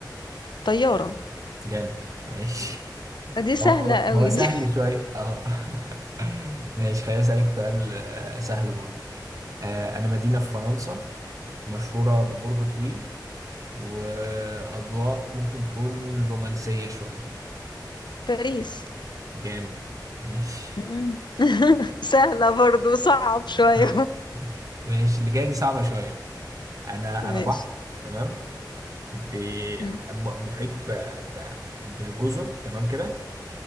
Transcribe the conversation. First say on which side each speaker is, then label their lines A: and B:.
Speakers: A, on the left; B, on the right.
A: طيارة
B: جامد ماشي
A: دي سهلة
B: هو هو
A: قوي
B: هو سهل
A: دي
B: شوية اه <laughs> ماشي خليني أسألك سؤال آه، سهل برضه آه، أنا مدينة في فرنسا مشهورة ببرج طويل وأضواء ممكن تكون رومانسية شوية
A: <laughs> باريس
B: جامد ماشي
A: مم. سهلة برضو صعب شوية
B: <laughs> ماشي اللي جاية دي صعبة شوية أنا
A: <laughs> ماشي
B: أنا بحر تمام ب-
A: مم.
B: م- محيط ب... ب... بجزر تمام كده